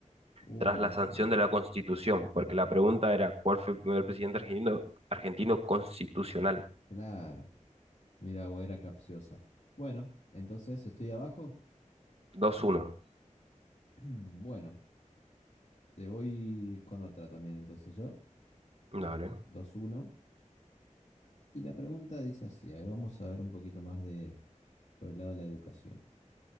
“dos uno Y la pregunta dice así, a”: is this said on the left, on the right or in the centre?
Left